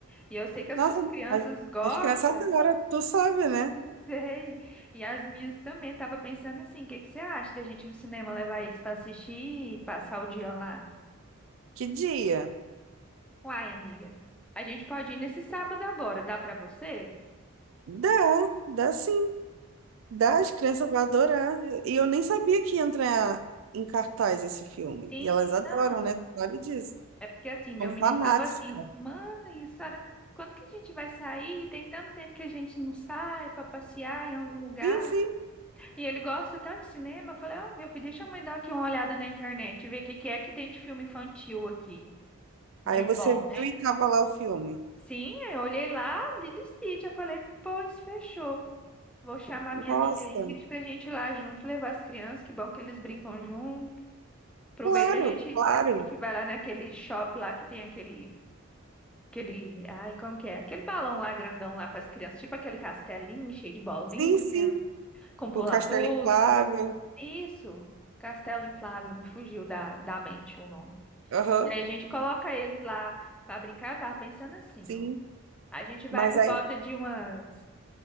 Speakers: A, in the centre; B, on the right.
A: E eu sei que as
B: Nossa,
A: suas crianças
B: a-
A: gostam.
B: acho que nessa
A: <laughs>
B: hora tu sabe, né?
A: Eu Sei. E as minhas também. Tava pensando assim, o que que você acha da gente ir no cinema levar eles pra assistir e passar o dia lá?
B: Que dia?
A: Uai, amiga, a gente pode ir nesse sábado agora. Dá pra você?
B: Dá, dá sim. Dá,
A: Por-
B: as crianças vão adorar. E eu nem sabia que ia entrar em cartaz esse filme.
A: Sim,
B: E elas adoram,
A: não.
B: né? Tu sabe disso.
A: É porque assim, meu
B: São
A: menino
B: fanáticas.
A: tava assim, mãe, Sara, quando que a gente vai sair? Tem tanto tempo que a gente não sai pra passear em algum lugar.
B: Sim, sim.
A: E ele gosta tanto de cinema. Eu falei, ah, meu filho, deixa a mãe dar aqui uma olhada na internet, ver o que que é que tem de filme infantil aqui, de
B: Aí você
A: bom,
B: viu
A: né?
B: e tava lá o filme.
A: Sim, eu olhei lá, Lilo e Stitch, eu falei, pois fechou. Vou chamar minha
B: Nossa,
A: amiga Ingrid pra gente ir lá junto, levar as crianças, que bom que eles brincam junto. Aproveita
B: claro,
A: a gente,
B: claro.
A: a gente vai lá naquele shopping lá que tem aquele Aquele, ai, como que é? Aquele balão lá grandão lá para as crianças, tipo aquele castelinho cheio de bolinha,
B: Sim, sim.
A: com pula-pula.
B: O Castelo Inflável.
A: Isso, castelo inflável, me fugiu da, da mente o nome.
B: Aham,
A: E aí a gente coloca eles lá para brincar. Eu tava pensando assim,
B: sim.
A: ó. A gente vai
B: Mas
A: por
B: aí,
A: volta de umas,